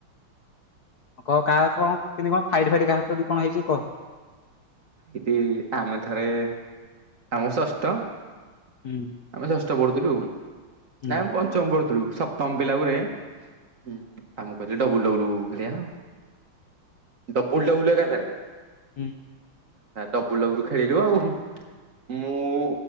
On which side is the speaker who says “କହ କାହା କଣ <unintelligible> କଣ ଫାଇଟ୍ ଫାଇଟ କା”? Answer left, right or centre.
Left